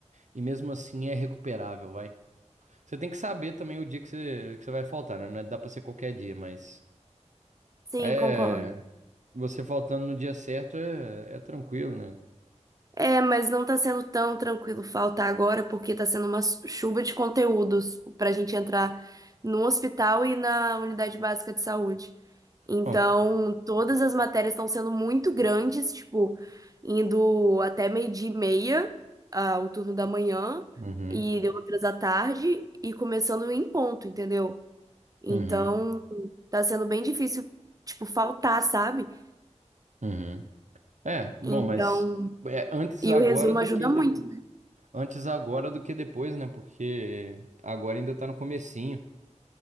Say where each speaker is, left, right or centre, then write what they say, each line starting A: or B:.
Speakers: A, on the right; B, on the right.
A: e mesmo assim é recuperável, vai. Você tem que saber também o dia que você, que você vai faltar, né? Não é- dá pra ser qualquer dia, mas
B: Sim,
A: É,
B: concordo.
A: você faltando no dia certo é, é tranquilo, né?
B: É, mas não tá sendo tão tranquilo faltar agora, porque tá sendo uma chuva de conteúdos pra gente entrar no hospital e na unidade básica de saúde. Então,
A: Bom,
B: todas as matérias estão sendo muito grandes, tipo, indo até meio-dia e meia, ah, o turno da manhã,
A: uhum,
B: e outras à tarde, e começando em ponto, entendeu? Então,
A: uhum,
B: tá sendo bem difícil, tipo, faltar, sabe?
A: uhum. É, bom,
B: Então,
A: mas é antes
B: e
A: agora
B: o resumo
A: do
B: ajuda
A: que depois.
B: muito.
A: Antes agora do que depois, né? Porque agora ainda tá no comecinho.